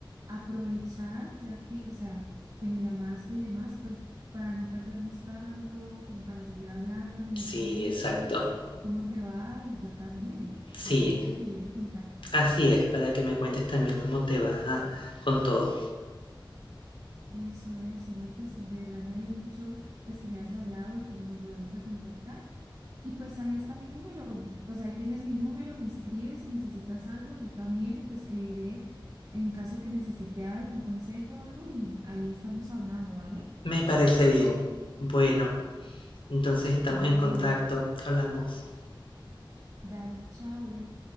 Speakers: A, on the right; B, on the left.
A: aprovechar, ya que, o sea, que me llamaste y demás, pues para no perdernos tanto, como para seguir hablando y
B: sí,
A: me cuentes
B: exacto.
A: cómo te va y yo también.
B: Sí,
A: O sea, tenemos que seguir en contacto.
B: Así es, para que me cuentes también cómo te va ah, con todo.
A: Eso, eso, no, pues de verdad me alegro mucho pues que me hayas hablado y que nos volvamos a contactar. Y pues ahí está mi número, o sea, ahí tienes mi número, me escribes si necesitas algo, yo también te escribiré en caso de que necesite algo, un consejo o algo y ahí estamos hablando, ¿vale?
B: Me parece bien. Bueno, entonces estamos
A: Dale,
B: en contacto. Hablamos.
A: dale, chao.